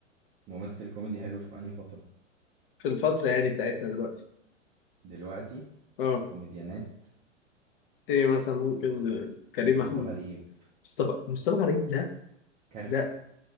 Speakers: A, on the right; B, on the left.
A: ممثل كوميدي حلو في انهي فتره
B: في الفترة يعني بتاعتنا دلوقتي
A: دلوقتي
B: اه
A: كوميديانات
B: ايه مثلا ممكن آه، كريم
A: مصطفى
B: محمود
A: غريب
B: مصطفى مصطفى غريب ده
A: كارثه
B: ده